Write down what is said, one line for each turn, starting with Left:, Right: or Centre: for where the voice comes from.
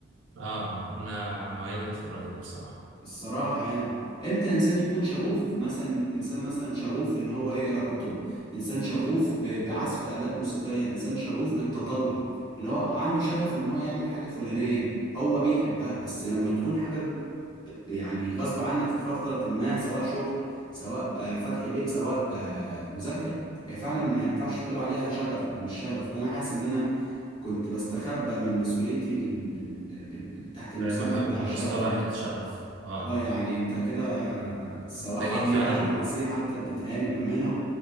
Right: اه آه، انا مؤيدك في الرأي ده بصراحة
Left: الصراحة يعني امتى انسان يكون شغوف مثلا انسان مثلا شغوف ان هو يقرا كتب انسان شغوف ب- بعزف آلات موسيقية انسان شغوف بالتطلع اللي هو عنده شغف ان هو يعمل حاجة فلانية هو بيحبها بس لما تكون حاجة يعني غصب عنك في فترة ما سواء شغل سواء آه، فتح بيت سواء آه، مذاكرة هي فعلا ما ينفعش تقول عليها شغف او مش شغف فانا حاسس ان انا كنت بستخبى من مسؤوليتي بال... بال... بال... تحت المسمى
Right: بمح-
Left: بتاع
Right: بمصطلح
Left: الشغف يعني
Right: الشغف اه
Left: اه يعني انت كده الصراحة
Right: محتاجين
Left: دي
Right: فعلا
Left: احلى نصيحة انت اديتهاني بأمانة